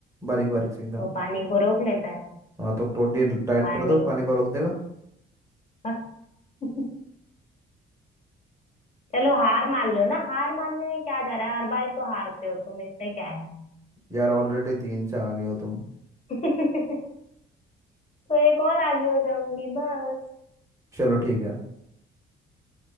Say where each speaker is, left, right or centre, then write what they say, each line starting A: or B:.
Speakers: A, on the right; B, on the left.
A: बारीक बारीक से एकदम
B: तो पानी को रोक लेता है
A: हाँ तो टोटली राइट
B: पानी
A: कर दो पानी को रोक देगा
B: बस <laughs> चलो हार मान लो ना हार मानने में क्या जा रहा है हर बार ही तो हारते हो तुम इसमें क्या है
A: यार ऑलरेडी तीन से आ गए हो तुम
B: तो एक और आगे हो जाऊंगी बस
A: चलो ठीक है